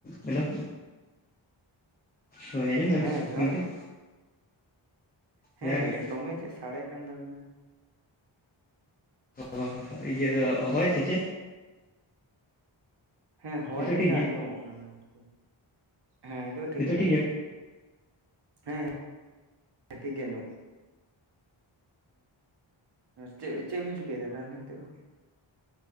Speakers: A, on the left; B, on the right.
A: Hello ᱦᱳᱭ ᱟᱸᱡᱚᱢ
B: ᱦᱮᱸ
A: ᱫᱟᱵᱤᱱ
B: ᱡᱚᱦᱟᱨ
A: ᱜᱚᱢᱠᱮ?
B: ᱜᱮ ᱦᱮᱸ
A: ᱡᱚᱦᱟᱨ
B: ᱠᱟᱹᱴᱤᱡ
A: ᱜᱮ
B: ᱫᱚᱢᱮ ᱪᱮᱫ ᱥᱟᱰᱮ ᱠᱟᱱ ᱛᱟᱵᱤᱱᱟ᱾
A: ᱚ ᱤᱭᱟᱹ ᱦᱚᱭ ᱥᱮ ᱪᱮᱫ?
B: ᱦᱮᱸ ᱦᱚᱭ
A: ᱱᱤᱛᱚᱜ
B: ᱞᱮᱠᱟ
A: ᱴᱷᱤᱠ ᱜᱮᱭᱟ
B: ᱟᱸᱡᱚᱢᱚᱜ ᱠᱟᱱᱟ ᱟᱨᱠᱤ᱾ ᱦᱮᱸ ᱱᱤᱛᱳᱜ ᱴᱷᱤᱠ
A: ᱱᱤᱛᱚᱜ
B: ᱜᱮ ᱟᱡᱚᱢᱚᱜ
A: ᱜᱮᱭᱟ
B: ᱠᱟᱱᱟ᱾ ᱦᱮᱸᱦᱮᱸ᱾ ᱦᱮᱸ ᱴᱷᱤᱠ ᱜᱮᱭᱟ ᱟᱸᱡᱚᱢᱚᱜ ᱪᱮᱫ ᱪᱮᱫᱵᱤᱱ ᱪᱤᱠᱟᱹᱭᱮᱫᱟ ᱛᱟᱦᱚᱞᱮ ᱦᱤᱛᱚᱜ ᱫᱚ?